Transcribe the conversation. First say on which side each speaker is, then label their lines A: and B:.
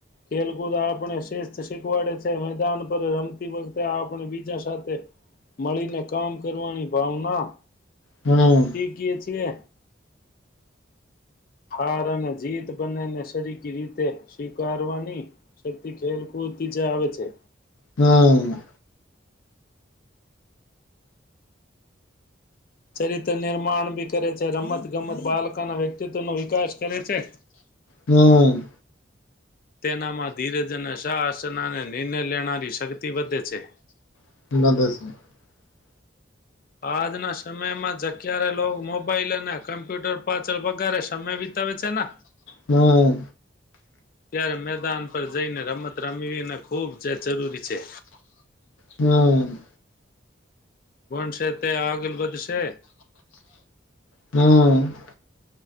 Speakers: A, on the left (about 45°); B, on the left (about 85°).
A: ખેલકૂદ આપણે શિસ્ત શીખવાડે છે મેદાન પર રમતી વખતે, આપણે બીજા સાથે મળીને કામ કરવાની ભાવના
B: હમ
A: ઠીક કયે છ તે હાર અને જીત બંનેને સરીક રીતે સ્વીકારવાની શક્તિ ખેલકૂદથી જ આવે છે.
B: હા.
A: ચરિત્ર નિર્માણ બી કરે છે. રમત ગમત બાળકાના વ્યક્તિત્વ નો વિકાસ કરે છે.
B: હમ્મ.
A: તેનામાં ધીરજ અને સાહસનાને નિર્ણય લેનારી શક્તિ વધે છે.
B: <unintelligible>
A: આજના સમયમાં જ ક્યારે લોકો મોબાઈલ અને કમ્પ્યુટર પાછળ વગારે સમય વિતાવે છે ને
B: હમ્મ.
A: ત્યારે મેદાન પર જઈને રમત રમીને ખૂબ જ જરૂરી છે.
B: હમ
A: ભણશે તે આગલ વધશે
B: હમ